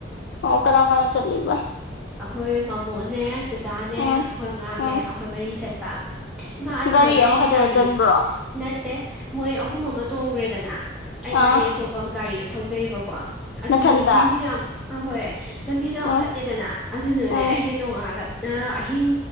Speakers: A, on the left; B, in the centre.
A: ꯑꯣ ꯀꯅꯥ ꯀꯅꯥ ꯆꯠꯂꯤꯕ
B: ꯑꯈꯣꯏ ꯃꯃꯣꯅꯦ ꯆꯆꯥꯅꯦ
A: ꯎꯝ
B: ꯑꯈꯣꯏ ꯑꯉꯥꯡꯅꯦ
A: ꯎꯝ
B: ꯑꯈꯣꯏ ꯃꯔꯤ ꯆꯠꯄ ꯃꯥ ꯑꯗꯨꯗꯅꯦ
A: ꯒꯥꯔꯤ
B: ꯑꯩꯖꯦ
A: ꯑꯃꯈꯛꯇꯗ
B: ꯒꯥꯔꯤ
A: ꯆꯟꯕ꯭ꯔꯣ
B: ꯅꯠꯇꯦ ꯃꯣꯏ ꯑꯍꯨꯝ ꯑꯃ ꯇꯣꯡꯒ꯭ꯔꯦꯗꯅ ꯑꯩꯅ
A: ꯑꯥ
B: ꯑꯩ ꯑꯇꯣꯞꯄ ꯑꯃ ꯒꯥꯔꯤ ꯑꯃ ꯊꯧꯖꯩꯕꯀꯣ ꯑꯗꯨꯗꯨꯒꯤ
A: ꯅꯊꯟꯇ
B: ꯂꯝꯕꯤꯗꯣ ꯌꯥꯝ ꯑ ꯍꯣꯏ ꯂꯝꯕꯤꯗꯣ ꯌꯥꯝ
A: ꯎꯝ
B: ꯐꯠꯇꯦꯗꯅ ꯑꯗꯨꯗꯨꯅꯅꯦ
A: ꯎꯝ
B: ꯑꯩꯖꯦ ꯅꯣꯡꯉꯥꯜꯂ ꯅ ꯑꯍꯤꯡ